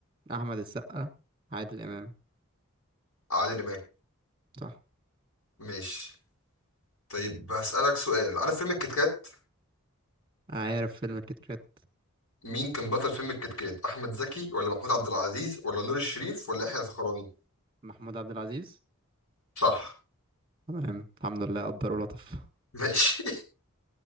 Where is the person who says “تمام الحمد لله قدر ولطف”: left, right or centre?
Right